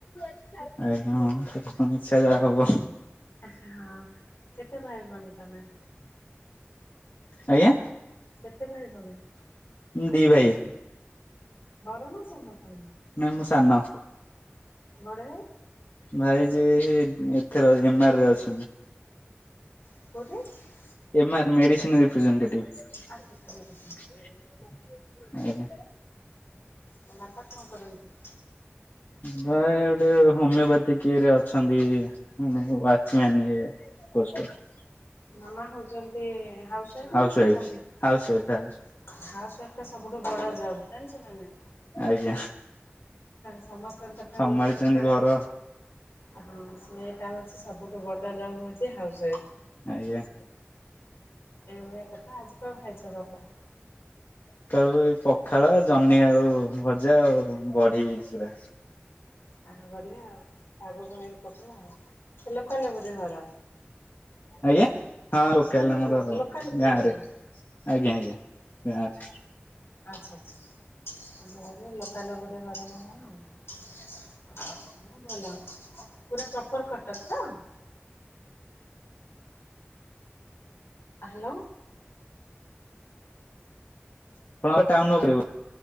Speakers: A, on the left (about 55°); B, on the left (about 70°).
A: <unintelligible> ଇଛା ଯା ହବ।
B: କେ ହଁ କେତେ ଭାଇ ଭଉଣୀ ତମେ
A: ଆଜ୍ଞା।
B: କେତେବେଳେ ଗଲେ?
A: ଦି ଭାଇ।
B: ବାବାଙ୍କ <unintelligible>
A: ନା ମୁଁ ସାନ।
B: ବଡ ଭାଇ?
A: ଭାଇ ଯେ ଏଥେରେ ଏମ ଆରରେ ଅଛନ୍ତି।
B: କୋଉଠି?
A: ଏମ ଆର ମେଡିସିନ ରିପ୍ରେଜେଣ୍ଟେଟିଭ।
B: ଆଚ୍ଛା ସେମିତି
A: ଆଜ୍ଞା।
B: ଆଉ ବାପା କଣ କରନ୍ତୁ?
A: ଭାଇ ଗୋଟେ ହୋମେପାଥିକ ଇଏରେ ଅଛନ୍ତି ମାନେ ୱାଚମ୍ୟାନ ଇଏ <unintelligible>
B: ମାମା ହଉଛନ୍ତି ହାଉସ ୱାଇଫ୍
A: ହାଉସ୍
B: ନା ନା
A: ୱାଇଫ୍
B: ଜବ୍ ବି?
A: House wife house
B: house wife ଟା ସବୁଠୁ ବଡ ଜବ୍ ଜାଣିଛ ନା ନାଇଁ?
A: ଆଜ୍ଞା।
B: ସମସ୍ତଙ୍କ କଥା
A: ସମ୍ଭାଳିଛନ୍ତି
B: ବୁଝିଆକୁ ପଡେ
A: ଘର
B: ନା ହଁ ସେଟା ହଉଛି ସବୁଠୁ ବଡ଼ ଜବ ହଉଛି ହାଉସ୍ ୱାଇଫ୍।
A: ଆଜ୍ଞା।
B: ଏଇଭଳିଆ କଥା ଆଜି କଣ ଖାଇଛ ସକାଳୁ?
A: ସକାଳୁ ଏ ପଖାଳ ଜହ୍ନି ଆଳୁ ଭଜା ଆଉ ବଢି ଚୁରା।
B: ଆ ବଢିଆ ଆଉ ପାଗ କଲେ ପଖାଳ ଆଉ ସେ ଲୋକାଲ ବୋଧେ ଘର?
A: ଆଜ୍ଞା ହଁ ଲୋକାଲ
B: ଘର
A: ଆମର
B: ଲୋକାଲ ଘର
A: ଗାଁରେ।
B: ବୋଧେ।
A: ଆଜ୍ଞା ଆଜ୍ଞା। <unintelligible>
B: ଆଚ୍ଛା ଆଚ୍ଛା ମୋର ବି ଲୋକାଲ ଗୋଟେ ଘର <unintelligible> ଆଉ। ନା ଭଲ ପୁରା ପ୍ରପର କଟକ ତ? ହାଲୋ।
A: ଆପଣଙ୍କର ଟାଉନ ଉପରେ ବୋ